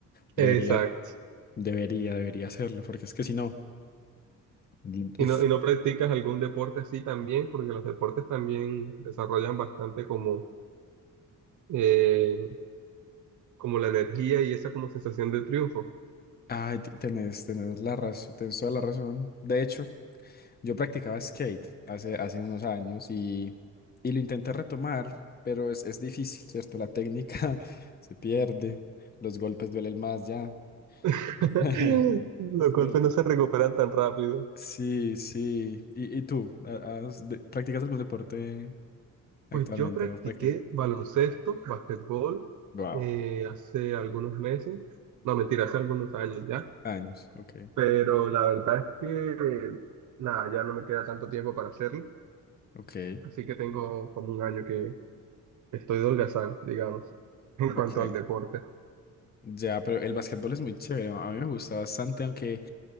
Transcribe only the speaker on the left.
Debería,
debería, debería hacerlo, porque es que si no, Di-
uff.
Ay, te- tenés, tenés la razón, tenés toda la razón. De hecho, yo practicaba skate hace, hace unos años y, y lo intenté retomar, pero es, es difícil, ¿cierto? La técnica <laughs> se pierde, los golpes duelen más ya,
<laughs>
¿cierto?
Sí, sí. ¿Y, y tú? ¿Ha- has de- ¿Practicas algún deporte actualmente
o practicas?
Wow.
Años. Ok,
ok,
ok.
Ya, pero el básquetbol es muy chévere. A mí me gusta bastante, aunque